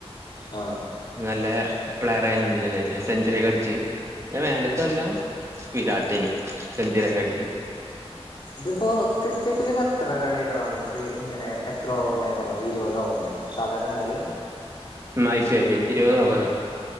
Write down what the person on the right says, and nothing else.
നല്ല പ്ലെയർ ആയിന്നതെ സെഞ്ചുറിെ കടിച്ചച്ച് മേല ഇതെല്ലാം വിരാട്ടിനു സെഞ്ചരി കടിച്ച്
ഐ പി എല് ഇരുപത് ഓവറ്